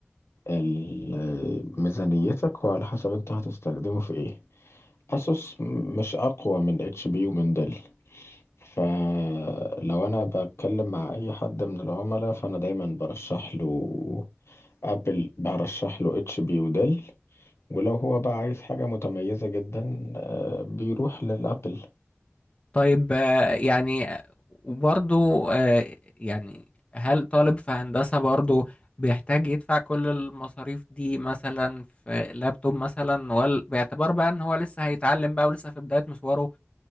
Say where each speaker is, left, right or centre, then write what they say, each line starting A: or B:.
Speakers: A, on the left (about 70°); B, on the left (about 25°).
A: ال- ميزانيتك وعلى حسب انت هتستخدمه في ايه أسوس م- مش أقوى من اتش بي ومن ديل فلو أنا بتكلم مع أي حد من العملاء فأنا دايما برشح له ابل برشح له اتش بي وديل ولو هو بقى عايز حاجة متميزة جدا آه، بيروح للابل
B: طيب آه، يعني آه، وبرضه آه، يعني هل طالب في هندسة برضه بيحتاج يدفع كل المصاريف دي مثلا في لابتوب مثلا ولا باعتبار بقى ان هو لسه هيتعلم بقى ولسه في بداية مشواره